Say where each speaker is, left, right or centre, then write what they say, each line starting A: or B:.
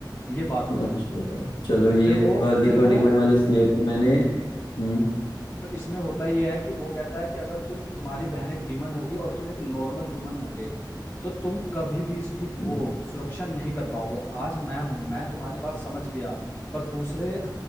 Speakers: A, on the left; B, on the left.
A: ये बात हुई
B: अच्छा
A: होती है
B: चलो ये
A: फिर वो
B: वाली
A: फिर
B: तो
A: वो
B: डीमन वाली स्लेयर की मैंने हम्म
A: तो इसमें होता ये है कि वो कहता है कि अगर तुम तुम्हारी बहन एक डीमन होगी और तुम एक नॉर्मल ह्यूमन होगे तो तुम कभी भी इसकी वो
B: हम्म,
A: सुरक्षा नहीं कर पाओगे आज मैं हूं मैं तुम्हारी बात समझ गया पर दूसरे